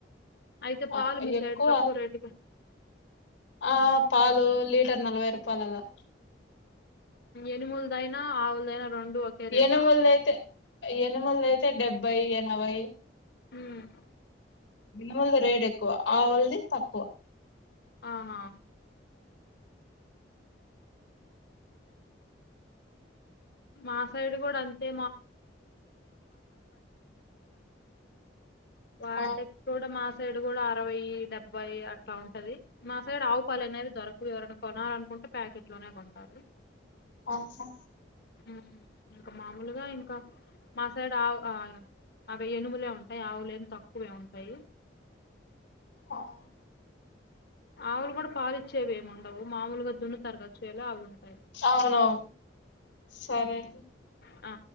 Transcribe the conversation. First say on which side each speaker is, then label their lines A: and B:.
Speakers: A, on the left; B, on the left.
A: అయితే
B: ఆ
A: పాలు మీ
B: ఎక్కువ
A: సైడ్ తక్కువ రేటుకి
B: ఆ పాలు లీటర్ నలవై రూపాయలు అలా
A: ఎనుములదైనా ఆవులదైనా రెండు ఒకే రేటా
B: ఎనుములది అయితే ఎనుములది అయితే డెబ్బై ఎనభై
A: ఉమ్
B: ఎనుములది రేట్ ఎక్కువ ఆవులది తక్కువ
A: ఆహా మా సైడు కూడా అంతే వాటికి
B: ఆ,
A: కూ సైడ్ కూడా అరవై డెబ్బై అట్లా ఉంటది మా సైడ్ ఆవు పాలు అనేవి దొరకవు ఎవరైనా కొనాలనుకుంటే ప్యాకెట్ లోనే కొంటారు
B: ఆహా
A: ఉమ్ ఇంకా మామూలుగా ఇంకా మా సైడ్ ఆవు అ అవి ఏనుములే ఉంటాయి ఆవులేం తక్కువ ఉంటాయి
B: ఆ
A: ఆవులు కూడా పాలీచ్చేవి ఏంఉండవు మామూలుగా దున్నుతారు కదా చేలో అవి ఉంటాయి
B: అవునవును సరే అండి
A: ఆ